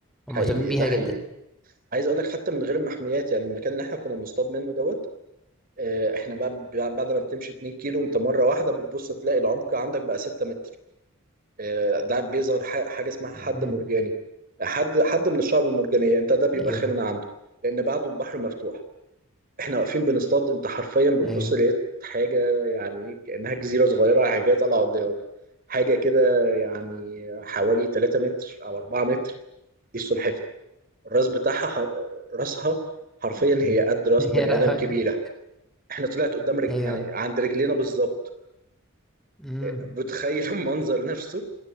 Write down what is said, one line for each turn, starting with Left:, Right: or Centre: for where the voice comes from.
Right: حقيقي
Centre: هم مهتمين بيها
Right: ده حقيقي
Centre: جدا
Right: عايز اقول لك حتى من غير المحميات يعني المكان اللي احنا كنا بنصطاد منه دوت آه، احنا بقى بقى- بعد ما بتمشي 2 كيلو انت مره واحده بتبص تلاقي العمق عندك بقى 6 متر آه، ده بيظهر ح- حاجه اسمها حد
Centre: مم.
Right: مرجاني حد حد من الشعب المرجانيه انت ده بيبقى
Centre: ايوه
Right: خيرنا عنده لان بعده البحر مفتوح احنا واقفين بنصطاد انت حرفيا بتبص
Centre: ايوه
Right: لقيت حاجه يعني كانها جزيره صغيره حاجه طالعه قدامك حاجه كده يعني حوالي 3 متر او 4 متر دي السلحفه الراس بتاعها حر... راسها حرفيا
Centre: مم.
Right: هي قد راس
Centre: <laughs> يا
Right: بني
Centre: لهوي
Right: ادم كبيره احنا طلعت قدام رج...
Centre: ايوه
Right: يعني عند رجلينا بالظبط
Centre: امم
Right: آه، بتخيل <laughs> المنظر نفسه